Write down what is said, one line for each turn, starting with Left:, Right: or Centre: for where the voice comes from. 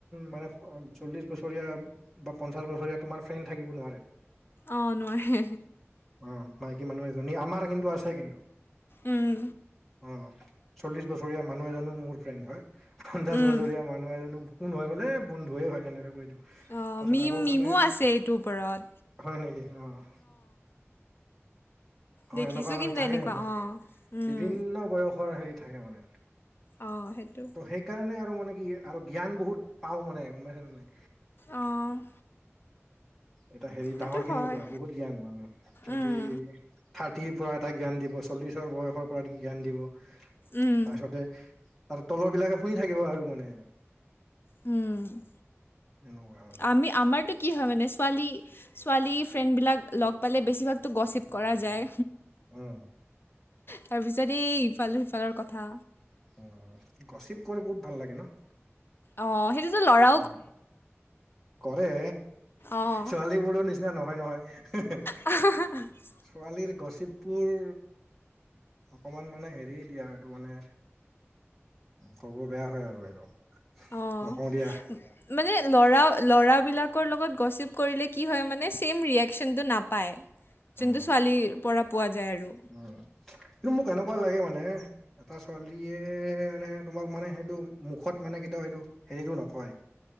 Centre: মানে চল্লিছ বছৰীয়া বা পঞ্চাছ বছৰীয়া তোমাৰ ফ্ৰেণ্ড থাকিব নোৱাৰে।
Left: অ', নোৱাৰে।
Centre: অ', মাইকী মানুহ এজনী আমাৰ কিন্তু আছে কিন্তু।
Left: উম
Centre: অ', চল্লিশ বছৰীয়া মানুহ এজনো মোৰ ফ্ৰেণ্ড হয় পঞ্চাশ
Left: উম
Centre: বছৰীয়া মানুহ এজনো কোন ন হয় বোলে বন্ধুুৱে হয় কেনেকৈ দিওঁ। তাৰ
Left: অ
Centre: পিছত
Left: মিম
Centre: আকৌ
Left: মিমো
Centre: মানে
Left: আছে এইটোৰ ওপৰত
Centre: হয় নেকি অ'। অ',
Left: দেখিছোঁ
Centre: এনেকুৱা মানে
Left: কিন্তু
Centre: থাকে
Left: এনেকুৱা
Centre: মানে
Left: অ উম
Centre: বিভিন্ন বয়সৰ হেৰি থাকে মানে।
Left: অ', সেইটো
Centre: ত' সেইকাৰণে আৰু মানে কি আৰু জ্ঞান বহুত পাওঁ মানে।
Left: অ'।
Centre: এটা হেৰি
Left: সেইটো
Centre: ডাঙৰ খিনিৰ
Left: হয়।
Centre: পৰা বহুত জ্ঞান মানে সিহঁতি
Left: উম,
Centre: থাৰ্টিৰ পৰা এটা জ্ঞান দিব চল্লিছৰ বয়সৰ পৰা জ্ঞান দিব। তাৰপিছতে
Left: উম,
Centre: তাৰ তলৰ বিলাকে শুনি থাকিব আৰু মানে।
Left: উম,
Centre: এনেকুৱা মানে
Left: আমি আমাৰটো কি হয় মানে ছোৱালী ছোৱালী ফ্ৰেণ্ডবিলাক লগ পালে বেছিভাগতো গচিপ কৰা যায়।
Centre: উম
Left: তাৰপিছত এই ইফালে সিফালৰ কথা।
Centre: অ', গচিপ কৰি বহুত ভাল লাগে ন।
Left: অ', সেইটোতো ল'ৰা
Centre: অ', কৰে।
Left: অ',
Centre: ছোৱালী বোৰো নিচিনা নহয়, নহয়।
Left: অ',
Centre: ছোৱালীৰ গচিপবোৰ অকমান মানে, হেৰি দিয়া এইটো মানে কব বেয়া হয়, আৰু এহেতক
Left: অ'।
Centre: নকওঁ দিয়া।
Left: মানে ল'ৰা ল'ৰাবিলাকৰ লগত গচিপ কৰিলে কি হয় মানে ছেইম ৰিয়েকচনটো নাপায়। যোনতো
Centre: উম
Left: ছোৱালীৰ পৰা পোৱা যায় আৰু।
Centre: উম কিন্তু মোক এনেকুৱা লাগে মানে এটা ছোৱালীয়ে মানে, তোমাক মানে সেইটো মুখত মানে কেতিয়াও সেইটো হেৰিটো নকয়,